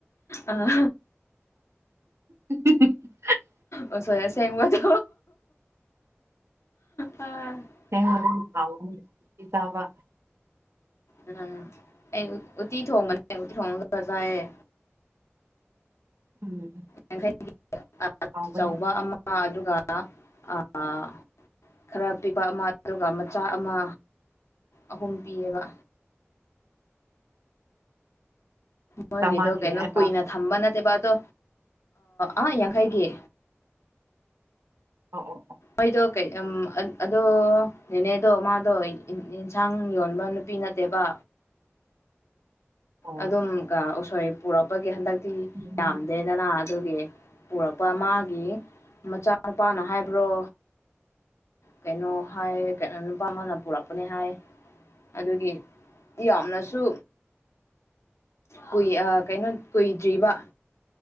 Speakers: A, on the left; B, on the right.
A: ꯑꯥ
B: <unintelligible>
A: ꯑꯣꯁꯣꯏ ꯑꯁꯦꯡꯕꯗꯣ ꯎꯝ
B: <unintelligible> ꯆꯥꯕ
A: ꯎꯝ ꯑꯩ ꯎꯇꯤ ꯊꯣꯡꯕꯅꯦ ꯎꯇꯤ ꯊꯣꯡꯉꯒ ꯆꯥꯏꯌꯦ
B: ꯎꯝ
A: ꯌꯥꯡꯈꯩꯒꯤ ꯑꯆꯧꯕ
B: ꯍꯥꯎꯕꯅꯤ
A: ꯑꯃ ꯑꯗꯨꯒ ꯑꯥ ꯈꯔ ꯄꯤꯛꯄ ꯑꯃ ꯑꯗꯨꯒ ꯃꯆꯥ ꯑꯃ ꯑꯍꯨꯝ ꯄꯤꯌꯦꯕ ꯃꯣꯏꯒꯤꯗꯣ
B: ꯆꯥꯝꯃꯒꯤ
A: ꯀꯩꯅꯣ
B: ꯍꯥꯏꯕ
A: ꯀꯨꯏꯅ ꯊꯝꯕ ꯅꯠꯇꯦꯕ ꯑꯗꯣ ꯑꯥ ꯌꯥꯡꯈꯩꯒꯤ
B: ꯑꯣ ꯑꯣ ꯑꯣ
A: ꯑꯩꯗꯣ ꯀꯩꯅꯣ ꯎꯝ ꯑꯗꯣ ꯅꯦꯅꯦꯗꯣ ꯃꯥꯗꯣ ꯌꯦꯟꯁꯥꯡ ꯌꯣꯟꯕ ꯄꯤ ꯅꯠꯇꯦꯕ
B: ꯑꯣ
A: ꯑꯗꯨꯝꯒ ꯎꯁꯣꯏ ꯄꯨꯔꯛꯄꯒꯤ ꯍꯟꯗꯛꯇꯤ
B: ꯎꯝ
A: ꯄꯥꯝꯗꯦ ꯅꯅꯥ ꯑꯗꯨꯒꯤ ꯄꯨꯔꯛꯄ ꯃꯥꯒꯤ ꯃꯆꯥꯅꯨꯄꯥꯅ ꯍꯥꯏꯕ꯭ꯔꯣ ꯀꯩꯅꯣ ꯍꯥꯏ ꯅꯨꯄꯥ ꯑꯃꯅ ꯄꯨꯔꯛꯄꯅꯦ ꯍꯥꯏ ꯑꯗꯨꯒꯤ ꯌꯥꯝꯅꯁꯨ ꯀꯨꯏ ꯑꯥ ꯀꯩꯅꯣ ꯀꯨꯏꯗ꯭ꯔꯤꯕ